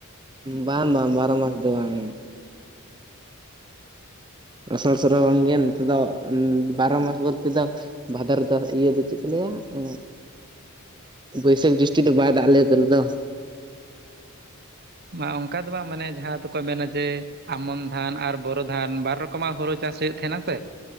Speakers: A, on the right (about 20°); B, on the right (about 45°).
A: ᱵᱟᱝ ᱵᱟᱝ ᱵᱟᱨᱚ ᱢᱟᱥ ᱫᱚ ᱵᱟᱝ᱾ ᱟᱥᱟᱲ ᱥᱚᱨᱟᱵᱚᱱ ᱱᱛᱮ ᱫᱚ ᱵᱟᱨᱚ ᱢᱟᱥ ᱵᱚᱞᱛᱮ ᱫᱚ ᱵᱷᱟᱫᱚᱨ ᱫᱚ ᱤᱭᱟᱹ ᱫᱚ ᱪᱮᱫ ᱠᱚ ᱞᱟᱹᱭᱟ ᱮ ᱵᱟᱹᱭᱥᱟᱹᱠᱷ ᱡᱩᱥᱴᱤ ᱫᱚ ᱵᱟᱭ ᱫᱟᱜ ᱟᱞᱮᱭᱟ ᱟᱞᱮ ᱫᱚ,
B: ᱢᱟ ᱚᱱᱠᱟ ᱫᱚ ᱵᱟᱝ ᱢᱟᱱᱮ ᱡᱟᱦᱟᱸ ᱫᱚᱠᱚ ᱢᱮᱱᱟ ᱡᱮ ᱟᱢᱚᱱ ᱫᱷᱟᱱ ᱟᱨ ᱵᱚᱨᱚ ᱫᱷᱟᱱ ᱵᱟᱨ ᱨᱚᱠᱚᱢᱟᱜ ᱦᱩᱲᱩ ᱪᱟᱥ ᱦᱩᱭᱩᱜ ᱛᱟᱦᱮᱱᱟ ᱥᱮ᱾